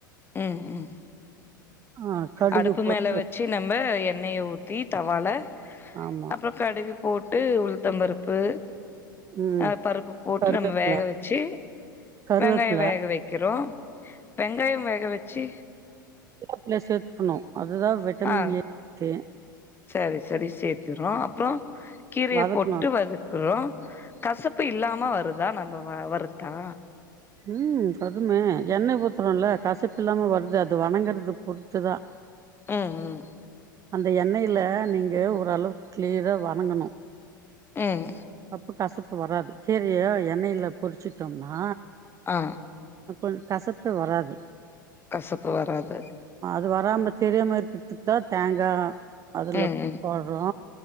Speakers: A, on the left; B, on the right.
A: உம் உம்
B: ஆ கடுகு
A: அடுப்பு
B: போட்டு
A: மேல வச்சு நம்ம எண்ணெய ஊத் த்தி தவால
B: ஆமா.
A: அப்ற கடுகு போட் டு உளுத்தம் பருப்பு
B: ம்
A: அ பருப்பு போட்டு
B: கருவேப்பில
A: நம்ம வேக வச்சு
B: கருவேப்பில
A: வெங்காயோ வேக வெக்கிறோ வெங்காயம் வேக வச்சி
B: கொய்யாபழ சேத்துக்கணு அதுதா விட்டமின்
A: ஆ
B: ஏ இருக்கு
A: சரி சரி சேத்துக்றோ, அப்றோ கீரைய
B: வதக்கணும்.
A: போட்டு வதக்குறோ கசப்பு இல்லாம வருதா நம்ப வ வருத்தா
B: ம் வதுமே எண்ணெ ஊத்துரோலே கசப்பில்லாம வர்தே அது வணங்கரதா பொறுத்துதா
A: ம் ம்
B: அந்த எண்ணெயிலே நீங்கே ஓரளவு க்ளீறா வணங்கணோ
A: ம்
B: அப்ப கசப் வராது கீரையே எண்ணெயிலே பொரிச்சிட்டோம்னா
A: ஆ
B: ம் கசப்பே வராது
A: கசப்பு வராது
B: து வராம தெரியாமரிக்கித்துக்தா தேங்கா அதுல
A: ம் ம்
B: போட்றோ